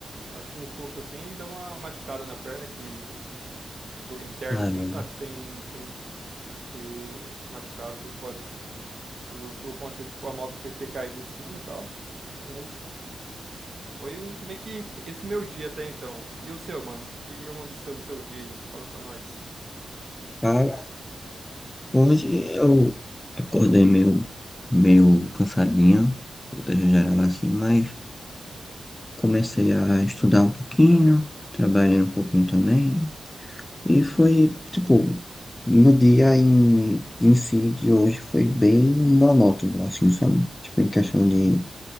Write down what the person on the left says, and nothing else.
Caramba.
Cara, hoje eu acordei meio, meio cansadinho, contexto geral assim, mas. comecei a estudar um pouquinho, trabalhei um pouquinho também, e foi, tipo, no dia em, em si de hoje foi bem monótono, assim, sabe? Tipo, em questão
de,